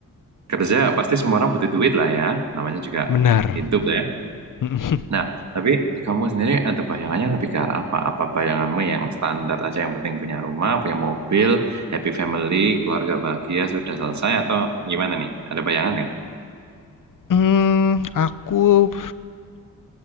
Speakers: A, on the right; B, on the left.
A: kerja pasti semua orang butuh duit lah ya, namanya juga
B: Benar.
A: hidup lah ya.
B: <laughs>
A: Nah, tapi kamu sendiri ada bayangannya lebih ke arah apa? Apa bayanganmu yang standar aja yang penting punya rumah, punya mobil, happy family, keluarga bahagia sudah selesai atau gimana nih? Ada bayangan
B: Hmm, aku